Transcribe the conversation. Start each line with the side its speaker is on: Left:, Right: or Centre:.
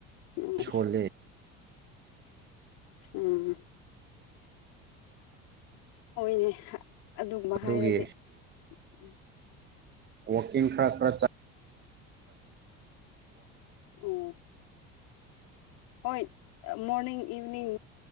Left: ꯎꯝ
Right: ꯁꯣꯂ
Left: ꯎꯝ ꯑꯣꯏꯣꯏꯅꯦ ꯑꯗꯨꯒꯨꯝꯕ
Right: ꯑꯗꯨꯒꯤ
Left: ꯍꯥꯏꯔꯗꯤ ꯎ
Right: ꯋꯥꯀꯤ ꯈꯔ ꯈꯔ ꯆ
Left: ꯑꯣ ꯍꯣꯏ ꯃꯣꯔꯅꯤꯡ ꯏꯚꯤꯅꯤꯡ